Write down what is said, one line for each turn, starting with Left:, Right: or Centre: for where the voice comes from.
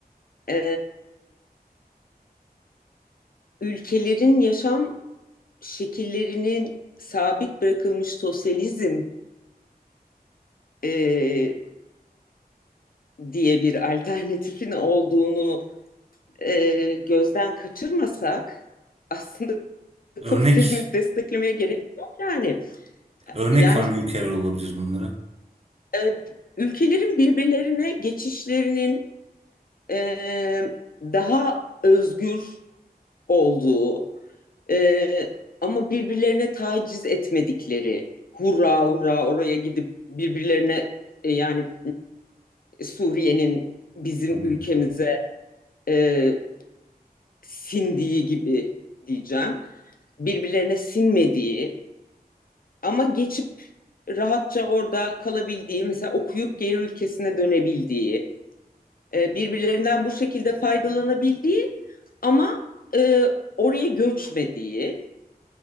Left: e, ülkelerin yaşam şekillerinin sabit bırakılmış sosyalizm e, diye bir alternatifin olduğunu e, gözden kaçırmasak aslında <laughs>
Right: Örnek
Left: kapitalizmi desteklemeye gerek yok yani.
Right: örnek
Left: Yani
Right: hangi ülkeler olabilir bunlara?
Left: e, ülkelerin birbirlerine geçişlerinin e, daha özgür olduğu, Ee, ama birbirlerine taciz etmedikleri, hurra hurra oraya gidip birbirlerine e, yani Suriye'nin bizim
Right: Hmm.
Left: ülkemize e, sindiği gibi diyeceğim. Birbirlerine sinmediği ama geçip rahatça orada kalabildiği, mesela okuyup geri ülkesine dönebildiği, e, birbirlerinden bu şekilde faydalanabildiği ama e, oraya göçmediği,